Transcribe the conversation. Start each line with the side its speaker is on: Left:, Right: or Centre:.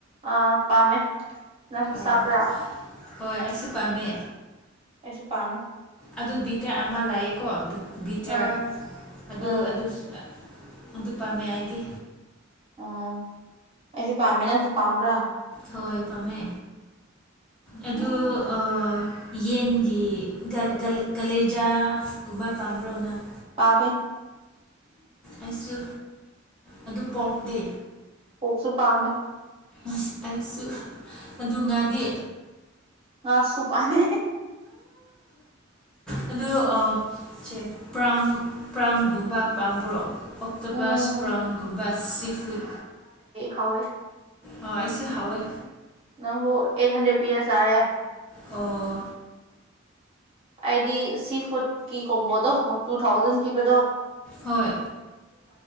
Right: ꯑ ꯄꯥꯃꯦ ꯅꯪꯁꯨ
Centre: ꯑꯥ,
Right: ꯆꯥꯕ꯭ꯔꯥ
Centre: ꯍꯣꯏ ꯑꯩꯁꯨ ꯄꯥꯝꯃꯦ
Right: ꯁꯨ ꯄꯥꯃꯦ
Centre: ꯑꯗꯨ ꯕꯤꯇ꯭ꯔ ꯑꯃ ꯂꯥꯑꯦꯀꯣ ꯕꯤ-ꯕꯤꯇ꯭ꯔ
Right: ꯑꯥ
Centre: ꯑꯗꯨ
Right: ꯑꯥ
Centre: ꯑꯗꯨ ꯁꯨ ꯑꯗꯨ ꯄꯥꯝꯃꯦ ꯑꯥꯏꯗꯤ
Right: ꯎꯝ ꯑꯩꯁꯨ ꯄꯥꯝꯃꯦ ꯅꯪꯁꯨ ꯄꯥꯝꯕ꯭ꯔꯥ
Centre: ꯍꯣꯏ ꯄꯥꯝꯃꯦ ꯑꯦꯗꯨ
Right: ꯎꯝ
Centre: ꯑ ꯌꯦꯟꯒꯤ ꯒꯜ-ꯒꯜ-ꯒꯜꯂꯦꯖꯥꯒꯨꯝꯕ ꯄꯥꯝꯕ꯭ꯔꯣꯅꯪ
Right: ꯄꯥꯕ
Centre: ꯑꯩꯁꯨ ꯑꯗꯨ ꯄꯣꯔꯗꯦ
Right: ꯄꯨꯁꯨ ꯄꯥꯝꯃꯦ
Centre: ꯑꯁ ꯑꯩꯁꯨ ꯑꯗꯨ ꯉꯗꯤ
Right: ꯉꯁꯨꯁꯨ ꯄꯅꯦ
Centre: ꯑ ꯑ ꯁꯦ ꯄ꯭ꯔꯥꯝ ꯄ꯭ꯔꯥꯝꯒꯨꯝꯕ ꯄꯥꯝꯕ꯭ꯔꯣ ꯑꯣꯛꯇꯕꯥꯥꯁ
Right: ꯎꯝ
Centre: ꯄ꯭ꯔꯥꯎꯟꯒꯨꯝꯕ ꯁꯤꯐꯠ
Right: ꯍꯥꯎꯣꯏꯦ
Centre: ꯑ ꯑꯩꯁꯨ ꯍꯋꯥꯏ
Right: ꯅꯪꯕꯨ ꯑꯩꯠ ꯍꯟꯗ꯭ꯔꯦꯠ ꯄꯤꯔ ꯇꯥꯔꯦ
Centre: ꯑꯣ
Right: ꯑꯩꯗꯤ ꯁꯤ ꯐꯨꯗꯀꯤ ꯀꯣꯝꯕꯣꯗꯣ ꯇꯨ ꯊꯥꯎꯖꯟ ꯄꯤꯈꯤꯕꯗꯣ
Centre: ꯍꯣꯏ